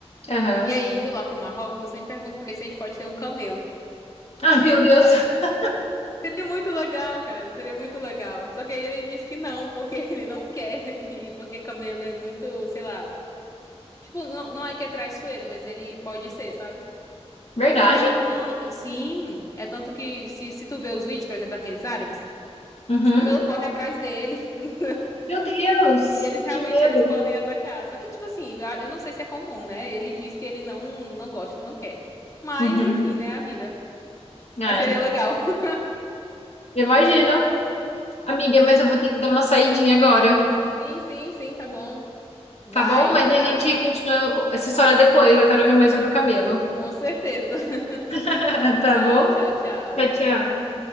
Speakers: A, on the left (about 70°); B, on the left (about 30°).
A: Aham.
B: E aí, indo lá pro Marrocos, eu sempre pergunto pra ele se a gente pode ter um camelo.
A: Ah, meu Deus. <laughs>
B: Seria muito legal, cara. Seria muito legal. Só que aí ele diz que não, porque <laughs> ele não quer. E porque Camelo é muito, sei lá. Tipo, não, não é que é traiçoeiro, mas ele pode ser, sabe?
A: Verdade?
B: Ele, não, não, não quero. Sim. É tanto que se, se tu vê os vídeos, por exemplo, daqueles árabes,
A: Uhum.
B: os camelos correm atrás dele. <laughs>
A: Meu Deus,
B: E eles realmente
A: que medo.
B: eles podem atacar. Só que, tipo assim, eu eu não sei se é comum, né? Ele diz que ele não, não gosta, não quer. Mas,
A: Uhum.
B: enfim, né? A vida.
A: É,
B: Mas seria legal. <laughs>
A: imagino. Amiga,
B: Pois
A: mas
B: é.
A: eu vou ter que dar uma saidinha agora,
B: Sim, sim, sim, tá bom. Vai,
A: tá bom? Mas
B: tá.
A: a gente continua essa história depois. Eu quero ouvir mais sobre o camelo.
B: Com certeza.
A: <laughs>
B: <laughs>
A: Tá
B: Tá,
A: bom?
B: tchau, tchau.
A: Tchau, tchau.